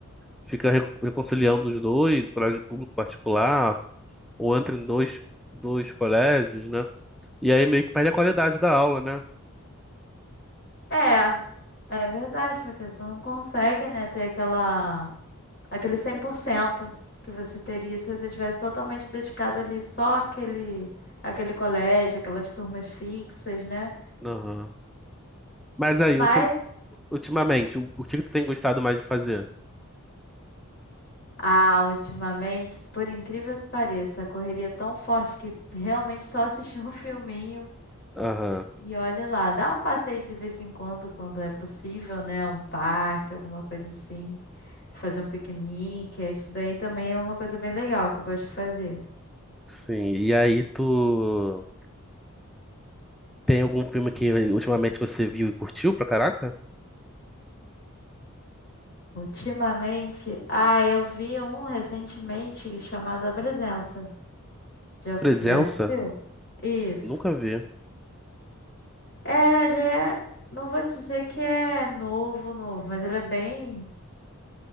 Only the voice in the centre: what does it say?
fica re- reconciliando os dois, colégio público particular, ou entra em dois, dois colégios, né? E aí meio que perde a qualidade da aula, né?
Aham. Mas aí,
ultim- ultimamente, o, o que que tu tem gostado mais de fazer?
Aham.
Sim. E aí tu tem algum filme que ultimamente você viu e curtiu pra caraca?
Presença?
Nunca vi.